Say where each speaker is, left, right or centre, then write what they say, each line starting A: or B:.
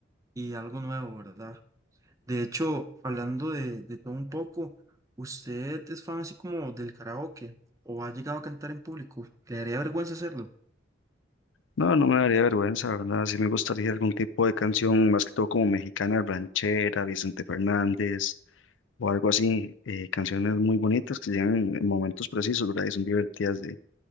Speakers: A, on the right (about 15°); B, on the left (about 80°).
A: y algo nuevo, ¿verdad? De hecho, hablando de, de todo un poco, ¿usted es fan así como del karaoke o ha llegado a cantar en público? ¿Le daría vergüenza hacerlo?
B: No, no me daría vergüenza, ¿verdad? Sí me gustaría algún tipo de canción, más que todo como mexicana, ranchera, Vicente Fernández o algo así, eh, canciones muy bonitas que llegan en momentos precisos, ¿verdad? Y son divertidas de,